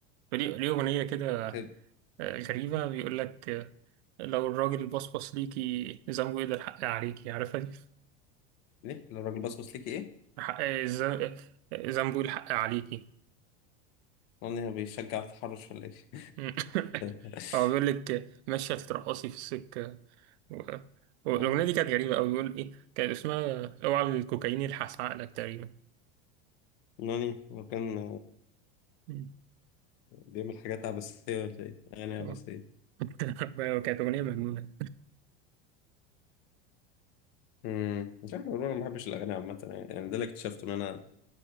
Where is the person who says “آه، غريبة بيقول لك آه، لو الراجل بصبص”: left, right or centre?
Right